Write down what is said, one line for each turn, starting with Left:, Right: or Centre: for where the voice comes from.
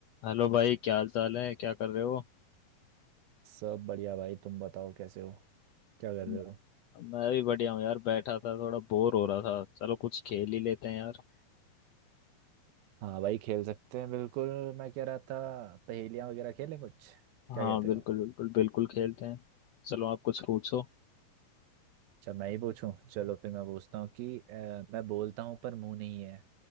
Left: Hello भाई क्या हाल चाल है क्या कर रहे हो
Right: सब बढ़िया भाई तुम बताओ कैसे हो क्या कर
Left: मैं
Right: रहे हो
Left: मैं भी बढ़िया हूँ यार बैठा था थोड़ा बोर हो रहा था चलो कुछ खेल ही लेते हैं यार
Right: हाँ भाई खेल सकते हैं बिल्कुल मैं कह रहा था पहेलियाँ वगैरह खेलें कुछ क्या
Left: हाँ
Right: कहते
Left: बिल्कुल
Right: हो
Left: बिल्कुल बिल्कुल खेलते हैं चलो आप कुछ पूछो
Right: अच्छा मैं ही पूछूं चलो फिर मैं पूछता हूँ कि अ, मैं बोलता हूँ पर मुंह नहीं है